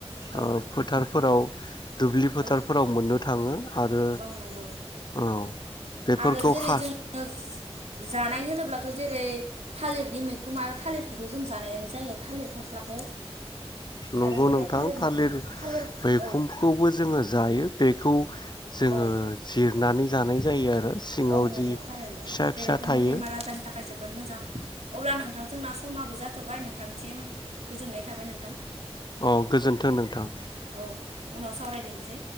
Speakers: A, on the right; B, on the left.
A: औ
B: ओ फोथारफोराव दुब्लि फोथारफोराव
A: औ
B: मोननो थाङो। आरो
A: औ नंगौ
B: औ। बेफोरखौ
A: आरो जेरै
B: खा
A: जों ओ जानाय होनोब्लाथ' जेरै थालिरनि मैखोम आरो थालिरखौबो जों जानायानो जायो थालिर फस्लाखौ।
B: नंगौ
A: आरो जेरै
B: नोंथां थालिर
A: मैखुनखौ थालिर
B: मैखुनखौबो
A: औ
B: जोङो जायो बेखौ जोङो
A: औ
B: जिरनानै जानाय जायो आरो सिङाव
A: औ नंगौ
B: जि
A: थारैनो
B: फिसा
A: जेरै
B: फिसा
A: जोंनि
B: थायो
A: बेमार आजारनि थाखाय जो बोद मोजां। अब्ला नोंथां जोंना समाबो जाथ'बाय नोंथांसिम गोजोननाय थाबाय नोंथां।
B: अ गोजोन्थों नोंथां।
A: औ उनाव सावरायदिनसै।